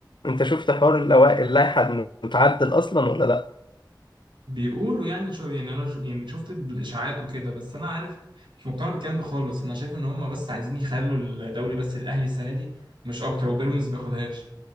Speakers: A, on the left; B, on the right.
A: انت شفت حوار اللوائح اللائحه انه اتعدل اصلا ولا لا
B: بيقولوا يعني شو يعني انا شو يعني شفت الاشاعات وكده بس انا عارف مش مقتنع بالكلام ده خالص انا شايف ان هم بس عايزين يخلوا الدوري بس الاهلي السنه دي مش اكتر وبيراميدز ما ياخدهاش